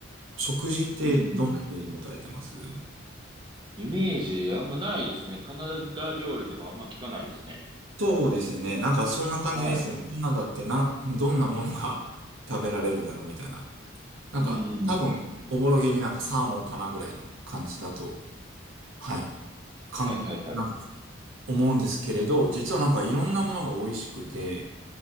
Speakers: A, on the right; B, on the right.
A: 食事ってどんなイメージ持たれてます
B: うん。イメージあんまないですね。カナダ料理とかあんま聞かないですね。
A: そうですよね。なんかそんな感じですよね。
B: は
A: カナダってな、どんなものが <laughs> 食べられるんだろうみたいな。なんか多分、
B: い。うんうんうん。
A: おぼろげになんかサーモンかなぐらいの感じだと、はい。かん、
B: はいはいはい。
A: なんか思うんですけれど、実はなんかいろんなものが美味しくて、